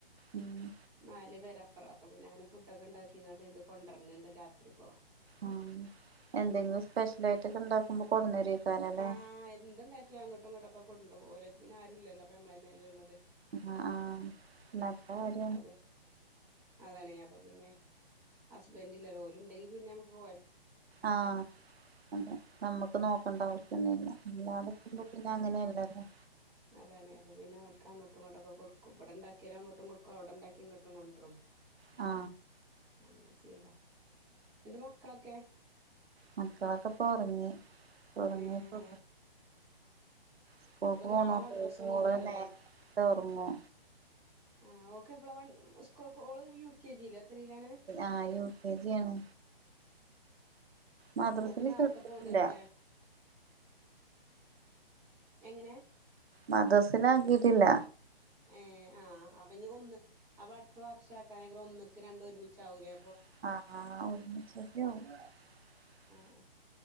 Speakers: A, on the right; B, in the centre.
A: ഉം
B: നാല പേരാ അ അപ്പൊ പിന്നെ അങ്ങെ ഫുഡ ഒക്കെ ഉണ്ടാക്കി ഇങ്ങോണ്ട് കൊണ്ടരന്നണ്ട് രാത്രി ഇപ്പോ
A: ഉം എന്തെങ്കിലും സ്പെഷ്യൽ ആയിട്ട്ൊക്കെ ഇണ്ടാക്കുമ്പോ കൊടുന്നരക്കാര അല്ലേ
B: ആ എന്തുണ്ടാകിയ അങ്ങോട്ടും ഇങ്ങോട്ട് ക്കെ കൊണ്ടോ ഒലക് പിന്നെ ആരും ല്ലല്ലോ അപ്പ നമ്മ തെ ഉള്ളത്
A: ആ ആ എന്നക്ക വര
B: അതെ അതാണ് ഞാൻ അപ്പ പിന്നെ ഹസ്ബൻഡല്ലോല ഉണ്ടെങ്കിൽ പിന്നെ നമുക്ക്ഴ
A: ആ അതെ നമ്മുക്ക് നോക്കണ്ട ആവശ്യൊന്നുംല്ല എല്ലാടക്കുമ്പോ പിന്നെ അങ്ങനെയല്ലല്ലോ
B: അതാണ്െ അപ്പൊ പിന്നെ ഒൽാ അതാണേ അപ്പം പിന്നെ ഓല്ക് അങ്ങോട്ടും ഇങ്ങോട്ടൊക്കെ കൊടുും ഇവിടടെണ്ടാക്കിയരോ അങ്ങോട്ടും കൊടുക്കും അവിടെണ്ടാക്കി ഇങ്ങോട്ടും കൊണ്ട്രും
A: ആ
B: അങ്ങനെ ചെയ്യല അൻന്റെ മക്കളൊക്കെ
A: മക്കളൊക്കെ പോ ഉറങ്ങി ഉറങ്ങിപ്പോ
B: ഏഹ്
A: സ്കൂൾക്ക്
B: ഇനിപ്പ
A: പോണ
B: നാളെ മദ്രസ ഒന്നും
A: മോള
B: ഇല്ലല്ലോല്ലേ
A: നേരത്തെ ഉറങ്ങു
B: ആ ഓക്കെ പ്പളാ അവൻ സ്കൂൾ <unintelligible> എത്രയിലാണ്
A: ആ യു കെ ജി ആണ് മദ്രസില്
B: ഓക് നേരത്തെ
A: ചേർത്തിട്ടില്ല
B: പോകണ്ടരൂല്ലേ എങ്ങനെ
A: മദസിലാക്കിട്ടില്ല
B: ഏ ആഹ് അപ്പൊ ഇ ഒന്ന് അപ്പൊ അടുത്ത വർഷം ആക്കാനങ്കിൽ ഒന്നക്ക് രണ്ട ഒരുമിച്ച ആവൂലേ
A: ആഹ് <unintelligible>
B: ആ